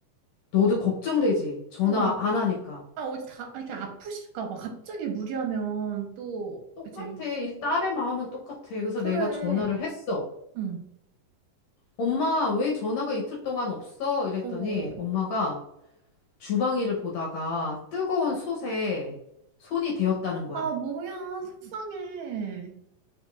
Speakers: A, on the left; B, on the right.
A: 너도 걱정되지. 전화
B: 어.
A: 안 하니까.
B: 아, 어디 다 아, 이렇게 아프실까 봐 갑자기 무리하면 또
A: 똑같아.
B: 이제
A: 이 딸의 마음은 똑같아. 그래서
B: 그래.
A: 내가 전화를 했어.
B: 응.
A: 엄마, 왜 전화가 이틀 동안 없어? 이랬더니
B: 어, 어,
A: 엄마가
B: 어.
A: 주방일을 보다가 뜨거운 솥에 손이 데였다는 거야.
B: 아, 뭐야. 속상해.